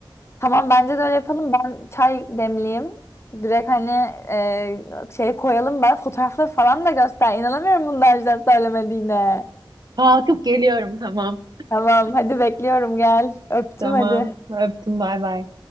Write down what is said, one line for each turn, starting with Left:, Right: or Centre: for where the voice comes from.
Left: Tamam bence de öyle yapalım. Ben çay demleyeyim. Direkt hani e, şey koyalım bana fotoğrafları falan da göster. İnanamıyorum bundan önceden söylemediğine.
Right: Kalkıp geliyorum tamam.
Left: Tamam hadi bekliyorum gel. Öptüm
Right: Tamam.
Left: hadi.
Right: Öptüm. Bay bay.